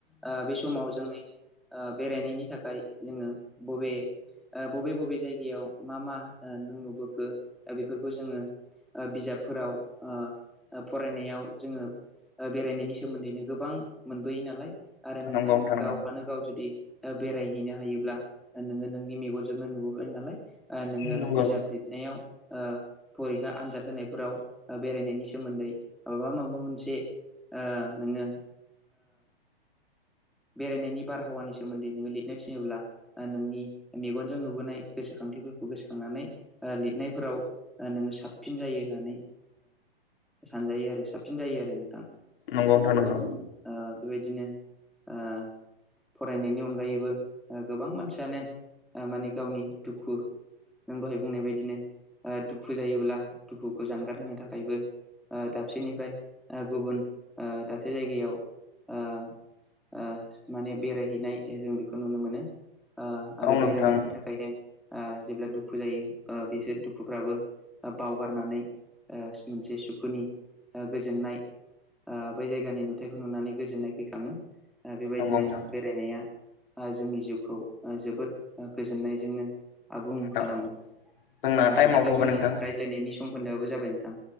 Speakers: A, in the centre; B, on the left (about 60°).
A: आं बे समाव जोङो बेरायनायनि थाखाय जोङो बबे ओ बबे बबे जायगायाव मा मा नों नुबोखो बेफोरखौ जोङो ओ बिजाबफोराव ओ फरायनायाव जोङो बेरायनायनि सोमोन्दैनो गोबां मोनबोयो नालाय आरो नोङो
B: नंगौ नंगौ नोंथां नंगौ
A: गावहानो गाव जुदि बेरायहैनो हायोब्ला नोङो नोंनि मेगनजोंनो नुबोबाय नालाय नोङो
B: नोंथां
A: बिजाब लिरनायाव ओ फरिखा आनजाद होनायफोराव बेरायनायनि सोमोन्दै माबा माबा मोनसे ओ नोङो बेरायनायनि बारहावानि सोमोन्दै नोङो लिरनो थिनोब्ला नोंनि मेगन जों नुबोनाय गोसोखांथिफोरखौ गोसोखांनानै लिरनायफोराव नोङो साबसिन जायो होननानै सानजायो आरो साबसिन जायो आरो नोंथां।
B: नंगौ नोंथां नंगौ।
A: ओ बेबायदिनो ओ फरायनायनि अनगायैबो गोबां मानसियानो माने गावनि दुखु नों दहाय बुंनाय बायदिनो दुखु दुखु जायोब्ला दुखुखौ जानगार होनो थाखायबो दाबसेनिफ्राय गुबुन ओ दाबसे जायगायाव ओ ओ माने बेरायहैनाय जों बेखौ नुनो मोनो आरो
B: नंगौ नोंथां नंगौ औ नोंथां
A: बेरायनायनि थाखायनो ओ जेब्ला दुखु जायो बिसोर दुखुफ्राबो बावगारनानै ओ मोनसे सुखुनि गोजोननाय ओ बै जायगानि नुथायखौ नुनानै गोजोननाय फैखाङो। ओ बेबायदिनो
B: नंगौ नोंथां
A: बेरायनाया जोंनि जिउखौ जोबोद गोजोननायजोंनो आबुं
B: नोंथां
A: खालामो
B: जोंना
A: ओ
B: टाइमाव
A: बिदिब्ला
B: थौबाय
A: जोंनि
B: नोंथां
A: रायज्लायनायनि समखोन्दोआबो जाबाय नोंथां।